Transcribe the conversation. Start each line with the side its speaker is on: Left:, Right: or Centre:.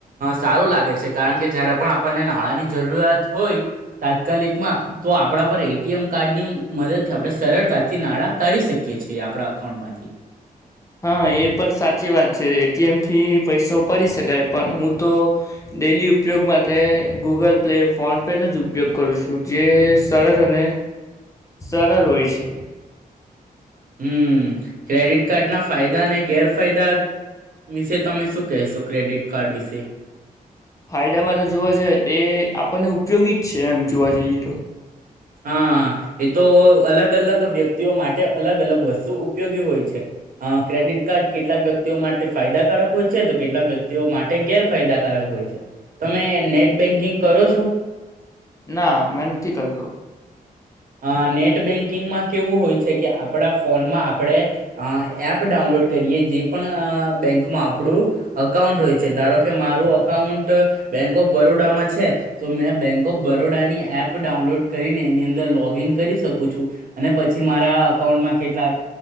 Right: સારું લાગે છે કારણ કે જયારે પણ આપણને નાણાંની જરૂરિયાત હોય તાત્કાલિકમાં તો આપણા પર એટીએમ કાર્ડ ની મદદથી આપણે સરળતાથી નાણાં કાઢી શકીએ છીએ આપણા અકાઉન્ટમાંથી.
Left: હા એ પણ સાચી વાત છે એટીએમથી પૈસો પરી શકાય પણ હું તો ડેલી ઉપયોગ માટે ગૂગલ પે ફોન પેનો જ ઉપયોગ કરું છું જે સરળ અને સરળ હોય છે.
Right: હમ ક્રેડિટ કાર્ડના ફાયદા અનેને ગેરફાયદા વિશે તમે શું કહેશો ક્રેડિટ કાર્ડ વિશે.
Left: ફાયદામાં તો જોવા જઈ તે આપણને ઉપયોગી જ છે એમ જોવા જઈએ તો
Right: હા એ તો અલગ અલગ વ્યક્તિઓ માટે અલગ અલગ વસ્તુ ઉપયોગી હોય છે અ ક્રેડિટ કાર્ડ કેટલાક વ્યક્તિઓ માટે ફાયદાકારક હોય છે તો કેટલાક વ્યક્તિઓ માટે ગેરફાયદાકારક હોય છે તમે નેટ બેન્કિંગ કરો છો.
Left: ના મેં નથી કરતો.
Right: અ નેટ બેન્કિંગમાં કેવું હોય છે કે આપણા ફોનમાં આપણે એપ ડાઉનલોડ કરીએ જે પણ બેંકમાં આપણું અકાઉન્ટ હોય છે ધારો કે મારું અકાઉન્ટ બેંક ઓફ બરોડામાં છે તો મેં બેંક ઓફ બરોડાની એપ ડાઉનલોડ કરીને એની અંદર લોગ એમ કરી શકુ છું અને પછી મારા અકાઉન્ટમાં કેટલા